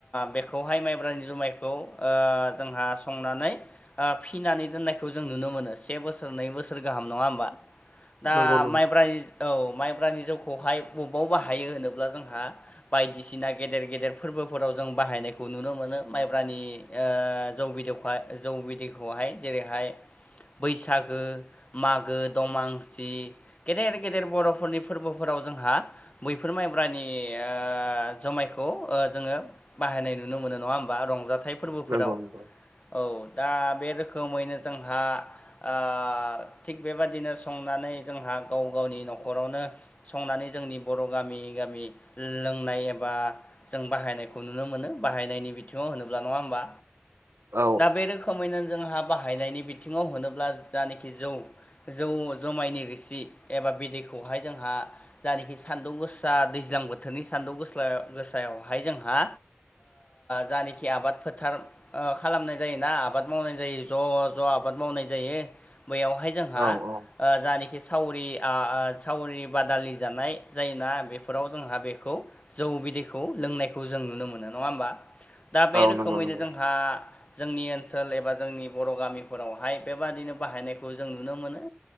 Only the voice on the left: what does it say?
बेखौहाय माइब्रानि जुमायखौ ओ जोंहा संनानै ओ फिनानै दोननायखौ जों नुनो मोनो से बोसोर नै बोसोर गाहाम नङा होमबा दा
माइब्रानि औ माइब्रानि जौखौहाय बबाव बाहायो होनोब्ला जोंहा बायदिसिना गेदेर गेदेर फोरबोफोराव जों बाहायनायखौ नुनो मोनो माइब्रानि ओ जौ बिदैखौाय जौ बिदैखौहाय जेरैहाय बैसागो मागो दमासि गेदेर गेदेर बर' फोरनि फोरबोफोराव जोंहा बैफोर माइब्रानि ओ जुमायखौ जोंङो बाहायनाय नुनो मोनो नंङा होमबा रंजाथाइ फोरबोफोराव
औ दा बे रोखोमैनो जोंहा ओ थिग बेबादिनो संनानै जोंहा गाव गावनि न'खरावनो संनानै जोंनि बर' गामि गामि लोंनाय एबा जों बाहायनायखौ नुनो मोनो बाहायनायनि बिथिंङाव होनोब्ला नङा होमबा
दा बे रोखो मैनो जोंहा बाहायनायनि बिथिङाव होनोब्ला जानोखि जौ जौ जोमायनि रोसि एबा बिदैखौहाय जोंहा जानोखि सान्दुं गोसा दैज्लां बोथोरनि सान्दुं गोसा गोसायावहाय जोंहा जानोखि आबाद फोथार खालामनाय जायोना आबाद मावनाय जायो ज' ज' आबाद मावनाय जायो बैयावहाय जोंहा
जानोखि सावरि आ-आ सावरि बादालि जानाय जायोना बेफोराव जोंहा बेखौ जौ बिदैखौ लोंनायखौ जों नुनो मोनो नङा होमबा दा बे
रोखोमैनो
जोंहा जोंनि ओनसोल एबा जोंनि बर' गामिफोरावहाय बेबादिनो बाहायनायखौ जों नुनो मोनो